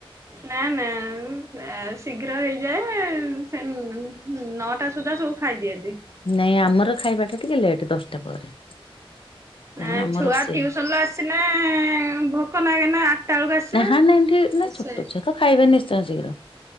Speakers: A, on the right; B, on the left.
A: ନା ନା ଶୀଘ୍ର ହେଇଯାଏ ସେ ହୁଁ ନଅଟା ସୁଦ୍ଧା ସବୁ ଖାଇଦିଅନ୍ତି
B: ନାଇଁ ଆମର ଖାଇବା ଟା ଟିକେ ଲେଟ୍ ଦଶଟା ପରେ ତେଣୁ
A: ନା
B: ଆମ
A: ଛୁଆ
B: ରୋଷେଇ
A: ଟିଉସନରୁୁ ଆସିନେ ଭୋ ଭୋକ ନା କେ ନା ଆଠଟା ବେଳକୁ ଆସିବେ
B: ନାହା
A: ଆ
B: ନାଇଁ ଏଠି ନା ଛୋଟ
A: ସେ
B: ଛୁଆ ତ ଖାଇବେ ନିଶ୍ଚୟ ଶୀଘ୍ର